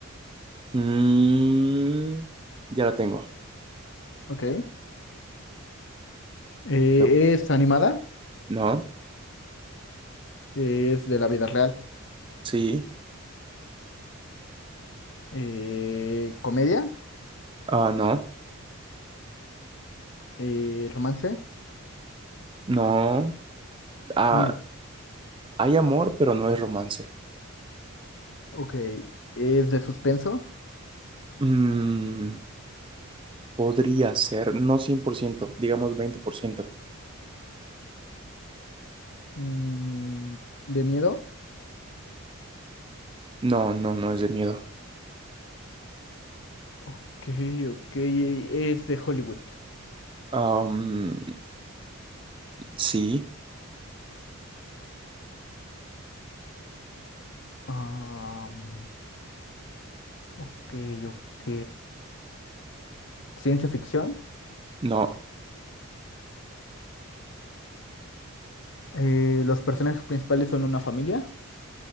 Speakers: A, on the right; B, on the left.
A: mm, ya la tengo.
B: Ok. Eh,
A: Pregunta.
B: es animada,
A: No,
B: eh, es de la vida real.
A: sí,
B: Eh, comedia,
A: ah, no,
B: eh, romance,
A: no. Ah,
B: miedo.
A: hay amor, pero no es romance.
B: Ok, es de suspenso,
A: Mm, podría ser, no 100%, digamos 20%.
B: mm, de miedo.
A: No, no, no es de miedo.
B: Ok, ok, e, es de Hollywood.
A: Am, sí,
B: Am, ok, ok. Ciencia ficción.
A: no.
B: Eh, los personajes principales son una familia.